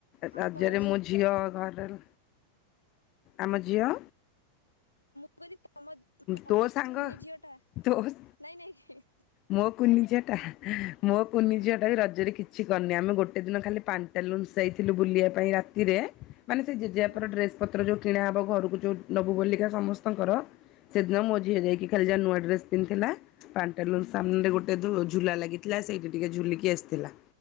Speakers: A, on the left; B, on the left.
A: ରଜରେ
B: ଆଉ ତମ
A: ମୋ ଝିଅ ନୂଆ ଡ୍ରେସ ଆମ ଝିଅ
B: ମୁ କଇଲି ତମ ତମ
A: ତୋ ସାଙ୍ଗ
B: କୁନି ଝିଅ ଟା
A: ତୋ
B: ନାଇଁ ନାଇଁ।
A: ମୋ କୁନି ଝିଅ ଟା ମୋ କୁନି
B: ହଁ
A: ଝିଅ ଟା ବି ରଜରେ କିଛି କିଛି କରିନି ଆମେ ଗୋଟେ ଦିନ ଖାଲି ପାଣ୍ଟଆ ନୁଲ୍ସ ଯାଇଥିଲୁ ବୁଲିବା ପାଇଁ ରାତିରେ। ମାନେ ସେ ଜେଜେଆପର
B: ଓହୋ
A: ଡ୍ରେସ୍ ପତ୍ର ଯେଉଁ କିଣାହେବ ଘରକୁ ଯେଉଁ ନେବୁ ବୋଲିକା ସମସ୍ତଙ୍କର। ସେଦିନ ମୋ ଝିଅ ହେଇଯାଇକି ଖାଲି ଯା ନୂଆ ଡ୍ରେସ ପିନ୍ଧଥିଲା ପାଞ୍ଚ ସାମ୍ନାରେ ଗୋଟେ ଝୁ ଝୁଲା ଲାଗିଥିଲା ସେଇଠି ଟିକେ ଝୁଲିକି ଆସିଥିଲା।